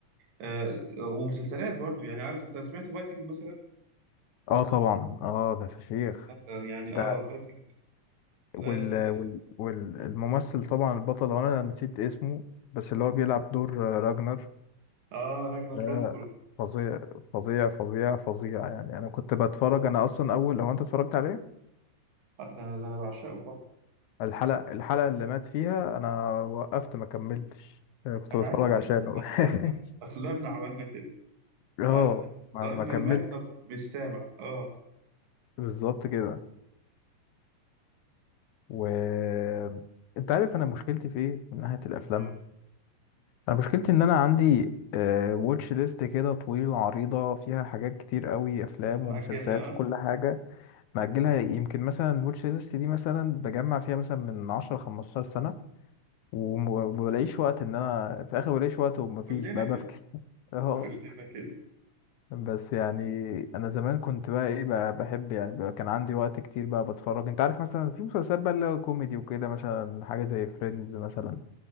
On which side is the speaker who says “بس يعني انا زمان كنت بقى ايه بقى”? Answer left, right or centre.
Left